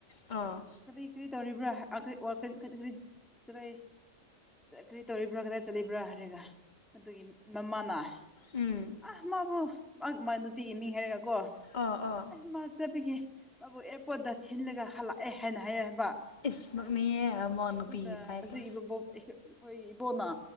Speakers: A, on the left; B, in the centre.
A: ꯑꯣ꯫
B: ꯀꯔꯤ ꯀꯔꯤ ꯇꯧꯔꯤꯕ꯭ꯔꯥ <unintelligible> ꯀꯗꯥꯏ ꯀꯔꯤ ꯇꯧꯔꯤꯕ꯭ꯔꯥ ꯀꯗꯥꯏ ꯆꯠꯂꯤꯕ꯭ꯔꯥ ꯍꯥꯏꯔꯒ ꯑꯗꯨꯒꯤ ꯃꯃꯥꯅ꯫
A: ꯎꯝ꯫
B: ꯑ ꯃꯥꯕꯨ ꯑ ꯃꯥ ꯅꯨꯄꯤꯒꯤ ꯃꯤꯡ ꯍꯥꯏꯔꯒ ꯀꯣ꯫
A: ꯑ ꯑ꯫
B: ꯃꯥ ꯆꯠꯄꯒꯤ ꯃꯥꯕꯨ ꯑꯦꯔꯄꯣꯔꯠꯇ ꯊꯤꯜꯂꯒ ꯍꯜꯂꯛꯑꯦ ꯍꯥꯏꯅ ꯍꯥꯏꯌꯦ ꯍꯥꯏꯕ꯫
A: ꯏꯁ ꯅꯣꯛꯅꯤꯡꯉꯦ ꯑꯃ ꯅꯨꯄꯤꯒꯤ
B: ꯑꯗꯨꯗ
A: ꯇꯥꯏꯞꯇ
B: ꯑꯁꯤ ꯕꯕꯣꯛ ꯑꯩꯈꯣ-ꯑꯩꯈꯣꯏ ꯏꯕꯣꯛꯅ꯫